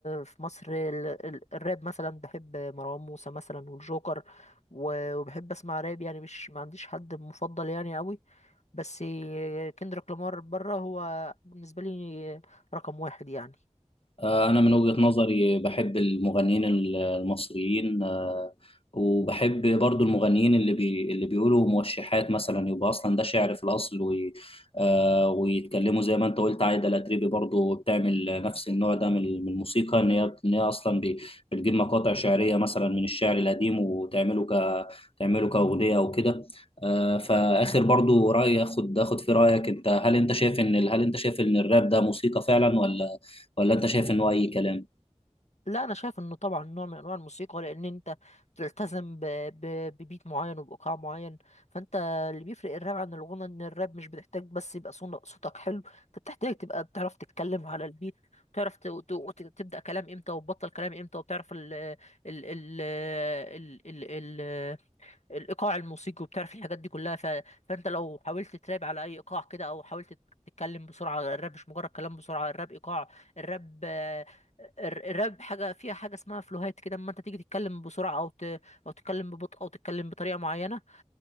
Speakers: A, on the left; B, on the left.
A: في مصر ال- ال- الراب مثلا بحب مروان موسى مثلا والجوكر و- وبحب اسمع راب يعني مش ما عنديش حد مفضل يعني قوي بس كندريك لامار بره هو بالنسبه لي رقم واحد يعني
B: آه، أنا من وجهة نظري بحب المغنيين ال- المصريين آه، وبحب برضو المغنيين اللي بي اللي بيقولوا موشحات مثلا يبقى أصلا ده شعر في الأصل وي آه، ويتكلموا زي ما أنت قلت عايدة الأتريبي برضو بتعمل نفس النوع ده من من الموسيقى إن هي إن هي أصلا بي- بتجيب مقاطع شعرية مثلا من الشعر القديم وتعمله ك تعمله كأغنية أو كده آه، فآخر برضو رأي أخد أخد في رأيك أنت هل أنت شايف إن هل أنت شايف إن الراب ده موسيقى فعلا ولا ولا انت شايف انه اي كلام
A: لا انا شايف انه طبعا نوع من انواع الموسيقى لان انت بتلتزم ب... ب... ببيت معين وبايقاع معين فانت اللي بيفرق الراب عن الغنى ان الراب مش بتحتاج بس يبقى صون- صوتك حلو انت بتحتاج تبقى بتعرف تتكلم على البيت بتعرف ت... ت... وت- تبدأ كلام امتى وتبطل كلام امتى وبتعرف ال... ال... ال... ال... ال... ال... الايقاع الموسيقي وبتعرف الحاجات دي كلها ف... فانت لو حاولت تراب على اي ايقاع كده او حاولت تتكلم بسرعه الراب مش مجرد كلام بسرعه الراب ايقاع الراب آه، الر- الراب حاجه فيها حاجه اسمها فلوهات كده اما انت تيجي تتكلم بسرعه او ت... او تتكلم ببطء او تتكلم بطريقه معينه